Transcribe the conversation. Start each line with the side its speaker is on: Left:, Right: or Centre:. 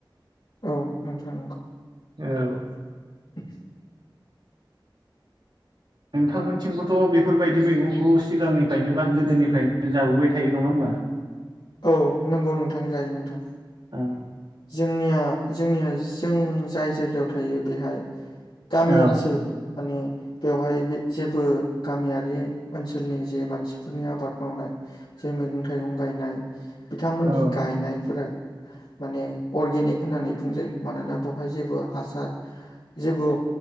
Left: औ नोंथां नंगौ
Right: औ
Left: <inaudible>
Right: नोंथांमोनथिंबोथ' बेफोरबायदि मैगंखौ सिगांनिफ्रायनो बा गोदोनिफ्रायनो जाबोबाय थायो नङा होमबा
Left: औ नंगौ नोंथां जायो नोंथां
Right: औ
Left: जोंनिया जोंनिया जों जाय जायगायाव थायो बेहाय गामि
Right: औ
Left: ओनसोल माने बेवहाय बे जेबो गामियारि ओनसोलनि जे मानसिफोरनि आबाद मावनाय जे मैगं थाइगं गायनाय बिथांमोननि
Right: औ
Left: गायनायफोरा माने अर्गेनिक होननानै बुंजायो मानोना बेवहाय जेबो हासार जेबो